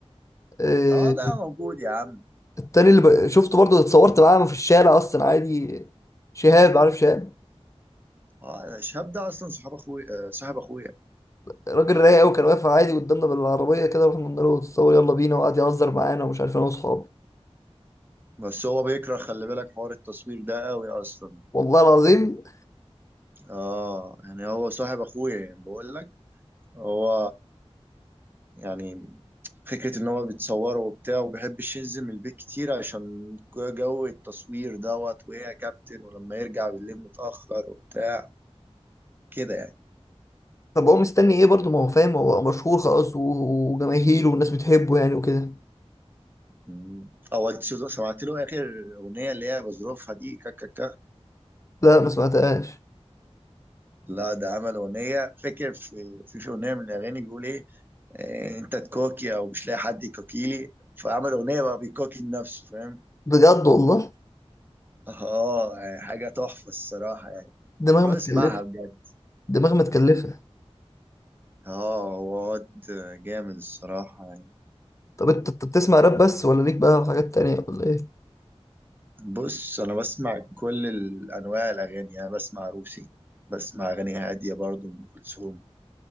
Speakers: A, on the left; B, on the right.
A: آه،
B: اه ده موجود يا عم
A: التاني اللي ب... شفته برضه اتصورت معاه في الشارع اصلا عادي شهاب عارف شهاب
B: اه شهاب ده اصلا صاحب اخويا آه صاحب اخويا
A: راجل رايق قوي كان واقف عادي قدامنا بالعربيه كده رحنا قلنا له اتصور يلا بينا وقعد يهزر معانا ومش عارف انا واصحابي
B: بس هو بيكره خلي بالك حوار التصوير ده قوي اصلا
A: والله العظيم
B: اه يعني هو صاحب اخويا يعني بقول لك هو يعني فكرة إن هو بيتصوره وبتاع ومبيحبش ينزل من البيت كتير عشان جو التصوير دوت وهي يا كابتن ولما يرجع بالليل متأخر وبتاع كده يعني
A: طب هو مستني ايه برضه ما هو فاهم هو مشهور خلاص و- وجماهيره والناس بتحبه يعني وكده
B: مم. أو أنت شو- سمعت له آخر أغنية اللي هي بظروفها دي كا كا كا
A: لا ما سمعتهاش
B: لا ده عمل أغنية فاكر في في في أغنية من الأغاني بيقول إيه آه، أنت تكوكي أو مش لاقي حد يكوكيلي فعمل أغنية بقى بيكوكي لنفسه فاهم
A: بجد والله
B: آه يعني حاجة تحفة الصراحة يعني
A: دماغ
B: روح
A: متكلفة
B: اسمعها بجد
A: دماغ متكلفة
B: اه هو واد جامد الصراحة يعني
A: طب انت أنت بتسمع راب بس ولا ليك بقى في حاجات تانية ولا ايه
B: بص أنا بسمع كل ال- أنواع الأغاني يعني بسمع روسي بسمع أغاني هادية برضو أم كلثوم